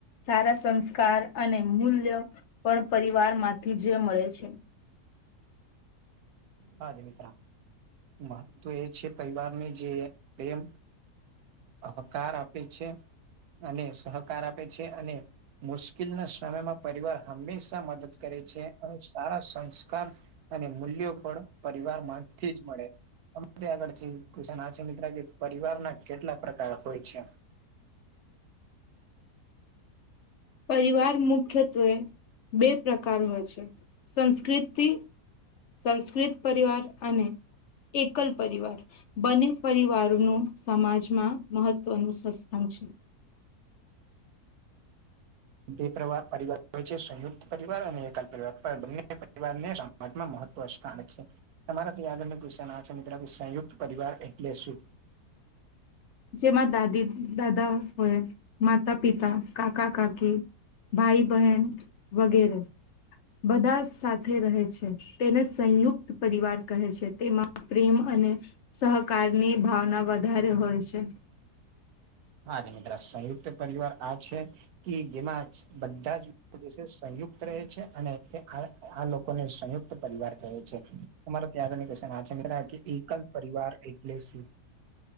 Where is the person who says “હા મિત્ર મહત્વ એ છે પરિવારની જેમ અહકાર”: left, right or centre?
Right